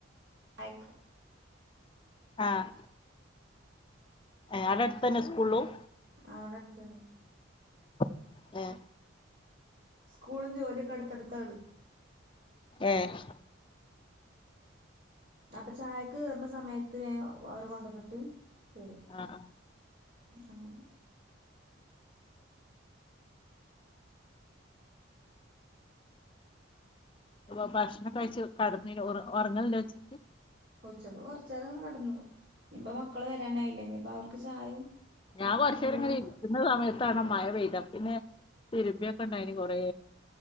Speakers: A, on the right; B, on the left.
A: ചായ
B: ആഹ് അവിടെ അടുത്ത തന്നെ സ്കൂളും
A: ആഹ് അവിടെ അടുത്ത് തന്നെ.
B: ആഹ്
A: സ്കൂളും ജോലിയൊക്കെ അടുത്തടുത്താണ്.
B: ഏഹ്
A: അപ്പൊ ചായക്ക് കേയറുന്ന സമയത്ത് അവര് കൊണ്ടുവന്നിട്ട് പോവും.
B: ആഹ്
A: അങ്ങനെ
B: ഇപ്പ ഭക്ഷണം കഴിച്ച് കിടന്ന ഉറങ്ങണില്ല വെച്ചിട്ട്
A: ഉച്ചക്ക് കൊറച്ച്ന്നേരം അങ്ങനെ കിടന്നു. ഇപ്പ മക്കള് വരാനായില്ലേ ഇനിയിപ്പ അവർക്ക് ചായയും
B: ഞാൻ കുറച്ചുന്നേരം
A: എന്തേലൊക്കെ
B: കഴിയും ഇരിക്കുന്ന സമയത്താണ് മഴ പെയ്തത് പിന്നെ തിരുമ്പിയൊക്കെ ഉണ്ടായിന് കൊറേ